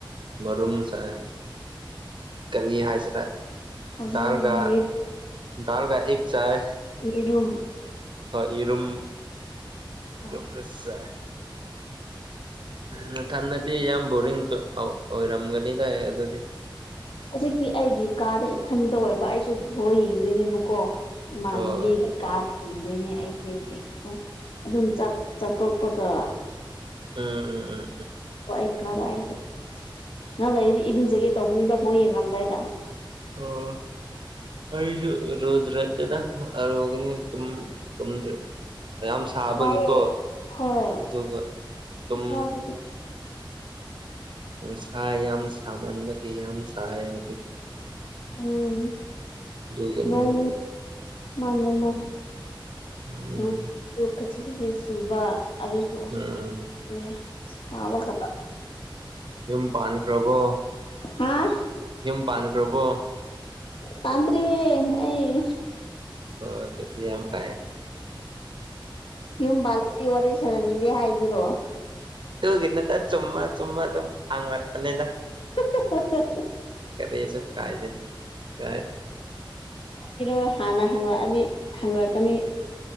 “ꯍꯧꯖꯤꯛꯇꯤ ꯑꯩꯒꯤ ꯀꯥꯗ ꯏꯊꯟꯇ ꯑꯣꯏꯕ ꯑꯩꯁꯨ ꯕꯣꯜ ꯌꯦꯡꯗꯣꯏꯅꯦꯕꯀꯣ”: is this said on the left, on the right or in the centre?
Left